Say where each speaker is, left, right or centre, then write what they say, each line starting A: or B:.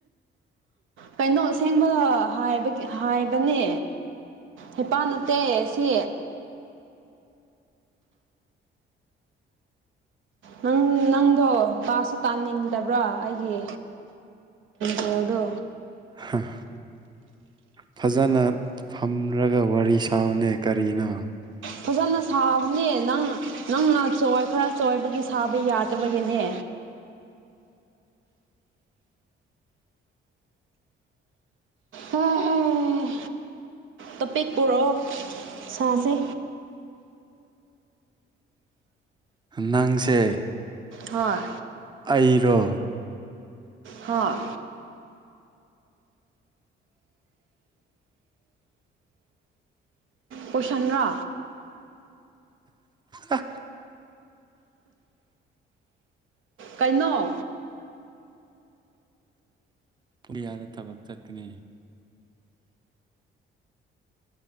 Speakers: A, on the right; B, on the right.
A: ꯀꯩꯅꯣ ꯑꯁꯦꯡꯕꯗꯣ ꯍꯥꯏꯕ ꯍꯥꯏꯕꯅꯦ ꯍꯄꯥꯥꯟ ꯅꯠꯇꯦ ꯁꯤ ꯅꯪ ꯅꯪꯗꯣ ꯇꯥꯁꯨ ꯇꯥꯅꯤꯡꯗꯕ꯭ꯔꯥ ꯑꯩꯒꯤ ꯍꯗꯣ
B: ꯍꯝ ꯐꯖꯅ ꯐꯝꯂꯒ ꯋꯥꯔꯤ ꯁꯅꯦ ꯀꯔꯤꯅꯣ
A: ꯐꯖꯅ ꯁꯥꯕꯅꯦ ꯅꯪ ꯅꯪꯅ ꯆꯣꯏ ꯈꯔ ꯆꯣꯏꯕꯒꯤ ꯁꯥꯕ ꯌꯥꯗꯕꯒꯤꯅꯦ ꯑꯣ ꯑꯣ ꯇꯣꯄꯤꯛ ꯄꯨꯔꯛꯑꯣ ꯁꯥꯥꯁꯦ
B: ꯅꯪꯁꯦ
A: ꯍꯣꯏ
B: ꯑꯩꯔꯣ
A: ꯍꯥꯥ ꯀꯣꯏꯁꯟ꯭ꯔꯥ
B: ꯑ
A: ꯀꯥꯏꯩꯅꯣ
B: ꯄꯨꯔꯤꯌꯥꯗ ꯊꯕꯛ ꯆꯠꯀꯅꯤ